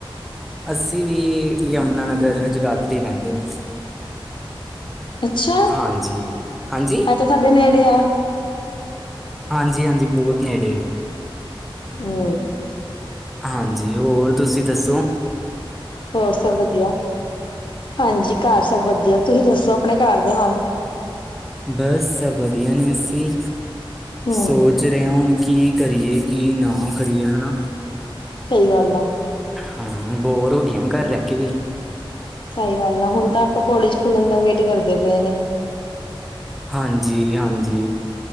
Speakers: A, in the centre; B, on the left (about 60°).
A: ਅਸੀਂ ਵੀ ਯਮੁਨਾਨਗਰ ਜਗਾਦਰੀ ਰਹਿੰਦੇ ਨੇ।
B: ਅੱਛਾ,
A: ਹਾਂਜੀ ਹਾਂਜੀ
B: ਐ ਤਾਂ ਸਾਡੇ ਨੇੜੇ ਆ।
A: ਹਾਂਜੀ-ਹਾਂਜੀ ਬਹੁਤ ਨੇੜੇ ਆ।
B: ਹੂੰ।
A: ਹਾਂਜੀ ਹੋਰ ਤੁਸੀਂ ਦੱਸੋ।
B: ਹੋਰ ਸਭ ਵਧੀਆ। ਹਾਂਜੀ, ਘਰ ਸਭ ਵਧੀਆ। ਤੁਸੀਂ ਦੱਸੋ ਆਪਣੇ ਘਰ ਦਾ ਹਾਲ?
A: ਬਸ ਸਭ ਵਧੀਆ ਨੇ ਅਸੀਂ ਸੋ
B: ਹਮ
A: ਸੋਚ ਰਹੇ ਹੁਣ ਕੀ ਕਰੀਏ ਕੀ ਨਾ ਕਰੀਏ ਹਨਾ।
B: ਸਹੀ ਗੱਲ ਆ।
A: ਹਾਂ, ਬੋਰ ਹੋ ਗਿਆ ਘਰ ਰਹਿ ਕੇ ਵੀ।
B: ਸਹੀ ਗੱਲ ਆ। ਹੁਣ ਤਾਂ ਆਪਾਂ ਕਾਲਜ ਖੁੱਲਣ ਦਾ ਵੇਟ ਕਰਦੇ ਪਏ ਨੇ।
A: ਹਾਂਜੀ-ਹਾਂਜੀ